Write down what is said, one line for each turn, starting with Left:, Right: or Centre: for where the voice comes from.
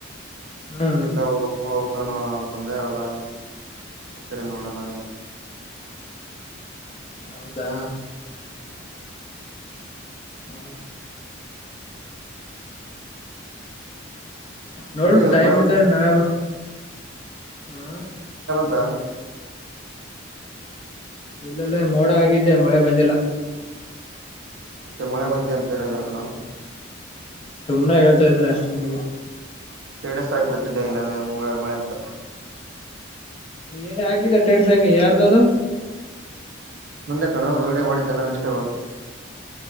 Left: ಹ್ಮ್
Right: ಇಲ್ಲ ಹೋಗಪ್ಪ ಹೋಗಾನ ಅಂತಂದೆ ಯಾವದ ಕರಿತರಿ ನೋಡೋಣಾದ್ರ ಅಂತ
Left: ಹೌದಾ
Right: ಹ್ಮ್ <unintelligible>
Left: ಹಾ ನೋಡು
Right: ನಿಗೆ ಇವತ್
Left: ಟೈಮ್
Right: ಮಳೆ ಬಂತ
Left: ಇದೇ ನಾಳೆ ಬಾ. ಹಾ
Right: ತ್ತ
Left: ಇಲ್ಲಲ್ಲೇ ಮೋಡ ಆಗಿದ್ದೆ ಮಳೆ ಬಂದಿಲ್ಲ.
Right: ಮತ್ತೆ ಮಳೆ ಬಂದಿದೆ ಅಂತ ಹೇಳಿದಾರ ಕಣಾ.
Left: ಸುಮ್ನೆ ಹೇಳ್ತಾ ಇದ್ದೀನ ಅಷ್ಟ ನಿನ್ಗೆ.
Right: ಸ್ಟೇಟಸ್ ಹಾಕ್ಬಿಟ್ಟಿದ್ದೆ ಇಲ್ಲಾಂದ್ರೆ ಮುಂಗಾರ ಮಳೆ ಅಂತ.
Left: ಏನ್ ಹಾಕಿದೆ ಸ್ಟೇಟಸ್ ಯಾರ್ದ ಅದು.
Right: ನಂದೆ ಕಣೋ ವಿಡಿಯೋ ಮಾಡಿದ್ದೆ ನಾನು ಇಷ್ಟವಾದು.